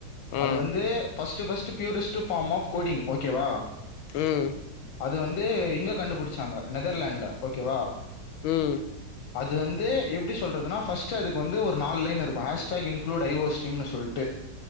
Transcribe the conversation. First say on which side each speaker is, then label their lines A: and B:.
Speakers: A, on the left; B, on the left.
A: ம்
B: அது வந்து first first purest form of coding ஓகேவா
A: ம்
B: அது வந்து இங்க கண்டுபிடிச்சாங்க நெதர்லாண்ட்ல ஓகேவா
A: ம்
B: அது வந்து எப்படி சொல்றதுனா ஃபஸ்ட் அதுக்கு வந்து ஒரு நாளு லைன் இருக்கு ஹஷ்டேக் இன்க்ளூட் ஐ ஓ ஸ்டரீம்னு சொல்ட்டு